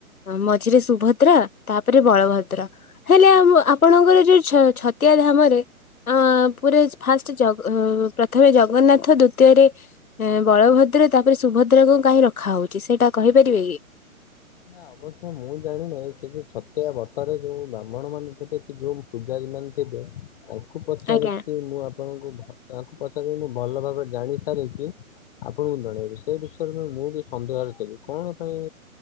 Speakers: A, on the left (about 75°); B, on the left (about 40°).
A: ମ ମଝିରେ ସୁଭଦ୍ରା ତାପରେ ବଳଭଦ୍ର ହେଲେ ଆମ ଆପଣଙ୍କର ଯୋଉ ଛ ଛତିଆ ଧାମରେ ଅ ପୁରା ଫାଷ୍ଟ ଜଗ ପ୍ରଥମେ ଜଗନ୍ନାଥ ଦ୍ଵିତୀୟରେ ବଳଭଦ୍ର ଦ୍ର ତାପରେ ସୁଭଦ୍ରାକୁ କାହିଁ ରଖାହଉଛି ସେଇଟା କହିପାରିବେ କି?
B: ନା ଅବଶ୍ୟ ମୁଁ ଜାଣିନହିଁ ସେ ଯୋଉ ଛତିଆ ବଟରେ ଯୋଉ ବ୍ରାହ୍ମଣ ମାନେ ଥିବେ ଯୋଉ ପୂଜା େ ତାକୁ ପଚାରି
A: ଆଜ୍ଞା
B: ମୁଁ <unintelligible> ଆପଣଙ୍କୁ ତାଙ୍କୁ ପଚାରି ମୁ ଭଲ ଭାବରେ ଜାଣି ସାରିକି <unintelligible> ଆପଣଙ୍କୁ ଜଣେଇବି ସେ ବିଷୟରେ ମୁ ମୁଁ ବି ସନ୍ଦେହରେ ଥିଲି କଣ ପାଇଁ